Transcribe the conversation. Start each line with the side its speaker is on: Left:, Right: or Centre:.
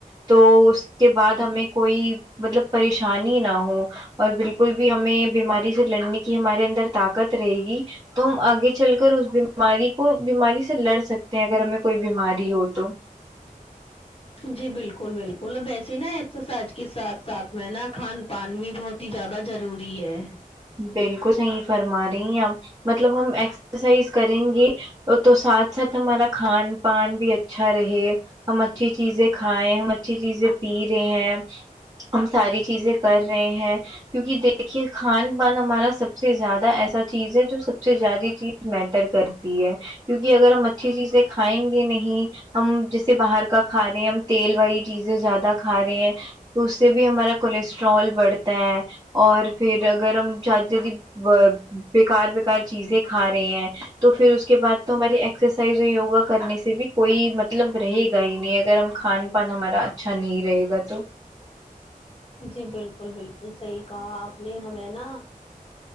Right: تو اس کے بعد ہمیں کوئی مطلب پریشانی نہ ہو اور بالکل بھی ہمیں بیماری سے لڑنے کی ہمارے اندر طاقت رہے گی تم آگے چل کر اس بیماری وہ بیماری سے لڑ سکتے ہیں اگر ہمیں کوئی بیماری ہو تو
Left: جی بالکل بالکل ویسے نا ایکسرسائز کے ساتھ ساتھ میں نا کھان پان بھی بہت ہی زیادہ ضروری ہے
Right: بالکل صحیح فرما رہی ہیں آپ مطلب ہم اکس اسائز کریں گے تو ساتھ ساتھ ہمارا کھان پان بھی اچھا رہے ہم اچھی چیزیں کھائیں ہم اچھی چیزیں پی رہے ہیں ہم ساری چیزیں کر رہے ہیں کیونکہ دیکھیے کھان پان ہمارا سب سے زیادہ ایسا چیز ہے جو سب سے زیادی چیز میٹر کرتی ہے کیونکہ اگر ہم اچھی چیزیں کھائیں گے نہیں ہم جیسے باہر کا کھا رہے ہیں ہم تیل والی چیزیں زیادہ کھا رہے ہیں تو اس سے بھی ہمارا کولیسٹرول بڑھتا ہے اور پھر اگر ہم چاہتے ہیں کے با بےکار بے کار چیزیں کھا رہے ہیں تو پھر اس کے بعد تو ہمارے ایکسرسائز اور یوگا کرنے سے بھی کوئی مطلب رہے گا ہی نہیں اگر ہم کھان پان ہمارا اچھا نہیں رہے گا تو
Left: جی بالکل بالکل صحیح کہا آپ نے ہمیں نا